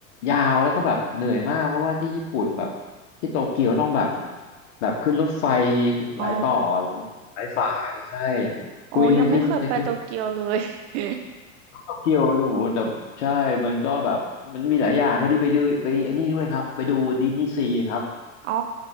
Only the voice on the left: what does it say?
ยาวแล้วก็แบบเหนื่อยมากเพราะว่าที่ญี่ปุ่นแบบที่โตเกียวต้องแบบแบบขึ้นรถไฟหลายต่อห
ลายสายใช่
คุยไปขึ้นไปขึ้น
โตเกียวโอ้โหแต่ใช่มันก็แบบมันมีหลายอย่างพอดีไปดูไปไอ้นี่ด้วยครับไปดูดิสนีย์ซีครับ